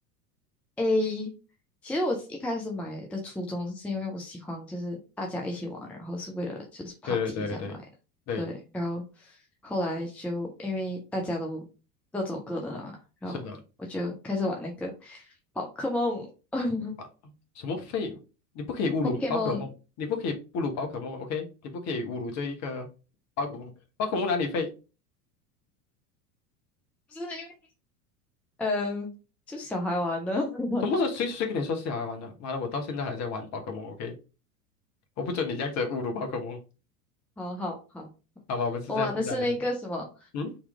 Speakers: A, in the centre; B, on the left.
A: A，其实我一开始买的初衷是因为我喜欢，就是大家一起玩，然后是为了就是 party
B: 对对对对对，
A: 才买的。对，然后后来就因为大家都各走各的了嘛，然后我就开始玩那个
B: 是的。
A: 宝可梦 <laughs>
B: 啊，什么废？你不可以侮辱宝可梦，
A: ，Pokemon，
B: 你不可以侮辱宝可梦，OK？你不可以侮辱这一个宝可梦，宝可梦哪里废？
A: 就是因为嗯、呃就小孩玩的。<laughs>
B: 什么时候谁谁跟你说是小孩玩的？妈的，我到现在还在玩宝可梦，OK？我不准你这样子侮辱宝可梦。
A: 好好好，
B: 好吧，我们是在是在聊。
A: 我玩的是那个什么
B: 嗯，